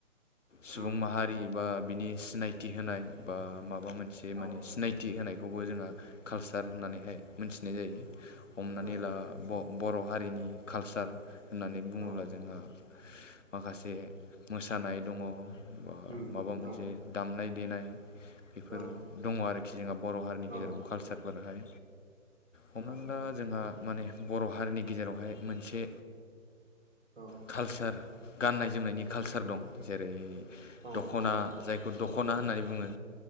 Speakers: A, on the left; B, on the right.
A: सुबुं
B: उम
A: माहारि बा बिनि सिनायथि होनाय बा माबा मोनसे
B: औ
A: माने सिनायथि होनाय बेखौबो जोंहा कालसार होननानैहाय मिथिनाय जायो हमनानै
B: औ
A: लाब' बर' हारिनि कालचार होननानै बुङोब्ला
B: औ
A: जोंहा माखासे मोसानाय दङ ब
B: उम
A: माबा मोनसे
B: औ
A: दामनाय देनाय बेफोर
B: औ
A: दङ आरोखि जोंहा बर' हारिनि गेजेरावबो
B: औ
A: कालसारफोरहाय हमनानै
B: औ
A: ला जोंहा माने बर' हारिनि गेजेरावहाय मोनसे
B: औ
A: कालसार गाननाय जोमनायनि कालसार दं जेरै
B: औ
A: दख'ना
B: औ
A: जायखौ दख'ना होननानै बुङो